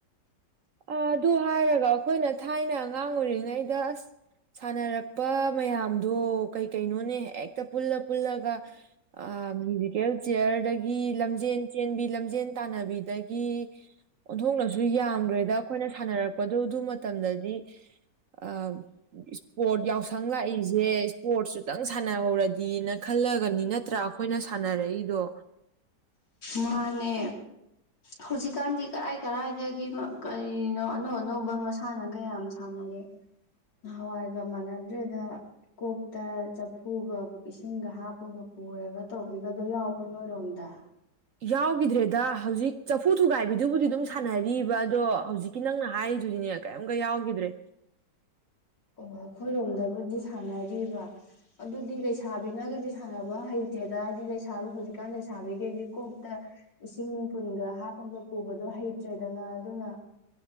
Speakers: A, on the right (about 60°); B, on the left (about 80°).
A: ꯑ ꯑꯗꯨ ꯍꯥꯏꯔꯒ ꯑꯩꯈꯣꯏꯅ ꯊꯥꯏꯅ ꯑꯉꯥꯡ ꯑꯣꯏꯔꯤꯉꯩꯗ ꯑꯁ ꯁꯥꯟꯅꯔꯛꯄ ꯃꯌꯥꯝꯗꯣ ꯀꯩ ꯀꯩꯅꯣꯅꯦ ꯍꯦꯛꯇ ꯄꯨꯜꯂ ꯄꯨꯜꯂꯒ ꯃ꯭ꯌꯨꯖꯤꯀꯦꯜ ꯆꯤꯌꯔꯗꯒꯤ ꯂꯝꯖꯦꯟ ꯆꯦꯟꯕꯤ ꯂꯝꯖꯦꯟ ꯇꯥꯟꯅꯕꯤꯗꯒꯤ ꯑꯣꯟꯊꯣꯛꯅꯁꯨ ꯌꯥꯝꯈ꯭ꯔꯦ ꯑꯗ ꯑꯩꯈꯣꯏꯅ ꯁꯥꯟꯅꯔꯛꯄꯗꯣ ꯑꯗꯨ ꯃꯇꯝꯗꯗꯤ ꯑ ꯏꯁꯄꯣꯔꯠ ꯌꯥꯎꯁꯪ ꯂꯥꯛꯏꯁꯦ ꯏꯁꯄꯣꯔꯠꯁꯨꯇꯪ ꯁꯥꯟꯅꯍꯧꯔꯗꯤꯅ ꯈꯜꯂꯒꯅꯤ ꯅꯠꯇ꯭ꯔꯥ ꯑꯩꯈꯣꯏꯅ ꯁꯥꯟꯅꯔꯛꯏꯗꯣ
B: ꯃꯥꯅꯦ ꯍꯧꯖꯤꯛꯀꯥꯟꯗꯤ ꯀꯔꯥꯏ ꯀꯔꯥꯏꯗꯒꯤ ꯀꯅꯣ ꯑꯅꯧ ꯑꯅꯧꯕ ꯃꯁꯥꯟꯅꯒ ꯌꯥꯝ ꯁꯥꯟꯅꯔꯦ ꯅꯍꯋꯥꯏꯒ ꯃꯥꯟꯅꯗ꯭ꯔꯦꯗ ꯀꯣꯛꯇ ꯆꯐꯨꯒ ꯏꯁꯤꯡꯒ ꯍꯥꯞꯄꯒ ꯄꯨꯔꯒ ꯇꯧꯕꯤꯒꯗꯣ ꯌꯥꯎꯕ꯭ꯔꯥ ꯅꯣꯏꯔꯣꯝꯗ
A: ꯌꯥꯎꯈꯤꯗ꯭ꯔꯦꯗ ꯍꯧꯖꯤꯛ ꯆꯐꯨ ꯊꯨꯒꯥꯏꯕꯤꯗꯨꯕꯨꯗꯤ ꯑꯗꯨꯝ ꯁꯥꯟꯅꯔꯤꯕ ꯑꯗꯣ ꯍꯧꯖꯤꯛꯀꯤ ꯅꯪꯅ ꯍꯥꯏꯔꯤꯗꯨꯗꯤꯅꯦ ꯀꯔꯤꯝꯀ ꯌꯥꯎꯈꯤꯗ꯭ꯔꯦ
B: ꯑꯣ ꯑꯩꯈꯣꯏꯔꯣꯝꯗꯕꯨꯗꯤ ꯁꯥꯟꯅꯔꯤꯕ ꯑꯗꯨꯗꯤ ꯂꯩꯁꯥꯕꯤꯅꯒꯗꯤ ꯁꯥꯟꯅꯕ ꯍꯩꯇꯦꯗ ꯍꯥꯏꯗꯤ ꯂꯩꯁꯥꯕꯤ ꯍꯧꯖꯤꯛꯀꯥꯟ ꯂꯩꯁꯥꯕꯤꯈꯩꯗꯤ ꯀꯣꯛꯇ ꯏꯁꯤꯡ ꯄꯨꯟꯒ ꯍꯥꯞꯄꯒ ꯄꯨꯕꯗꯣ ꯍꯩꯇ꯭ꯔꯦꯗꯅ ꯑꯗꯨꯅ